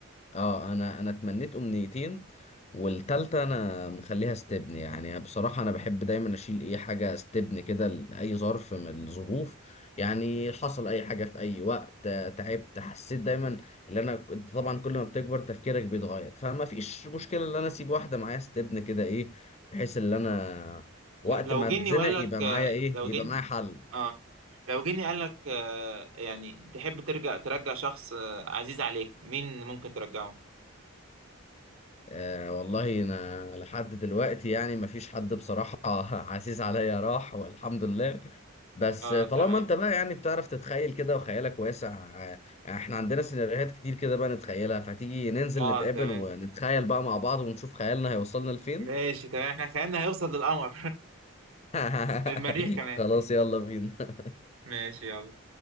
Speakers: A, on the left; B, on the right.
A: اه انا انا اتمنيت امنيتين والتالتة انا مخليها استبن يعني بصراحة انا بحب دايما اشيل اي حاجة استبن كده لأي ظرف من الظروف يعني حصل اي حاجة في اي وقت آه، تعبت حسيت دايما ان انا كنت- طبعا كل ما بتكبر تفكيرك بيتغير فما فيش مشكلة ان انا اسيب واحدة معايا استبن كده ايه بحيث ان انا وقت
B: ل- لو
A: ما
B: جني
A: اتزنق
B: وقال لك
A: يبقى
B: آه،
A: معايا ايه
B: لو
A: يبقى
B: جني
A: معايا حل
B: اه لو جني قال لك آه، يعني تحب ترجع ترجع شخص آه، عزيز عليك مين ممكن ترجعه
A: آه والله انا لحد دلوقتي يعني مفيش حد بصراحة <laughs> عزيز عليا راح والحمد لله بس
B: اه
A: طالما
B: تمام
A: انت بقى يعني بتعرف تتخيل كده وخيالك واسع آه، احنا عندنا سيناريوهات كتير كده بقى نتخيلها فتيجي ننزل
B: اه
A: نتقابل
B: تمام
A: ونتخيل بقى مع بعض ونشوف خيالنا هيوصلنا لفين
B: ماشي تمام احنا خيالنا هيوصل للقمر
A: <laughs>
B: المريخ كمان
A: خلاص يلا بينا
B: ماشي يلا